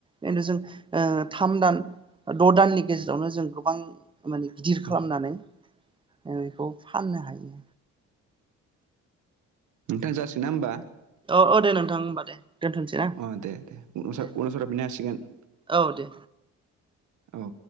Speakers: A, on the right; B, on the right.
A: खिन्थु जों ओ थाम दान द दाननि गेजेरावनो जों गोबां माने गिदिर
B: औ
A: खालामनानै बेखौ फाननो हायो।
B: नोंथां जासिगोनना होमबा
A: औ औ दे नोंथां होमबा दे दोनथ'सै ना
B: उम दे दे <unintelligible> हासिगोन
A: दे औ दे
B: औ